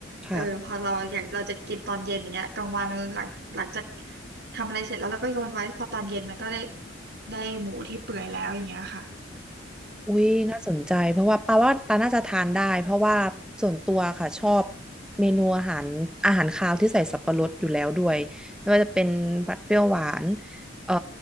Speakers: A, in the centre; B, on the right (about 60°).
A: ค่ะ
B: เออพอเราอยากเราจะกินตอนเย็นอย่างเงี้ยกลางวันหลังหลังจากทำอะไรเสร็จแล้วเราก็โยนไว้พอตอนเย็นมันก็ได้ได้หมูที่เปื่อยแล้วอย่างเงี้ยค่ะ
A: อุ้ยน่าสนใจเพราะว่าปาว่าปาน่าจะทานได้เพราะว่าส่วนตัวค่ะชอบเมนูอาหารอาหารคาวที่ใส่สับปะรดอยู่แล้วด้วยไม่ว่าจะเป็นผัดเปรี้ยวหวานเอ่อ